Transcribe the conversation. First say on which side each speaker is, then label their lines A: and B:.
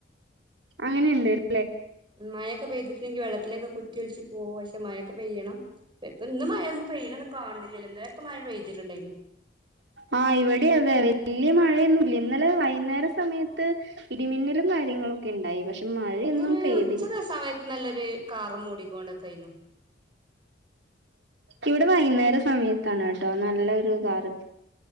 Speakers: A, on the right (about 70°); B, on the right (about 25°).
A: അങ്ങനെയുണ്ട അല്ലേ
B: മഴൊക്കെ പെയ്തിട്ടുണ്ടെങ്കിൽ വെള്ളത്തിലേൊക്കെ കുത്തി ഒിച്ച് പോക പക്ഷെ മഴൊക്കെ പെയ്യണം ഇപ്പൊ ഇന്ന് മഴ ഒന്ന പെയ്യാണന്നു കാണണ്ടില്ലല്ല ഇന്നലെയൊക്കെ മഴ പെയ്തിട്ടുണ്ടായിന്ന്
A: ആഹ് ഇവിടെ അതെ വല്യ മഴയൊന്നുംല്ല ഇന്നലെ വൈകുന്നേര സമയത്ത് ഇടിമിന്നലും കാര്യങ്ങളൊക്കെ ഉണ്ടായി പക്ഷെ മഴയൊന്നും
B: ഇന്നൊരു
A: പെയ്തില്ല
B: ഉച്ച സമയത്ത് നല്ലൊരു കാറ മൂടിക്കൊണ്ടൊക്കെ ആയിന്നു
A: ഇവിടെ വൈകുന്നേര സമയത്താണ് കേട്ടോ നല്ലൊരു കാറ്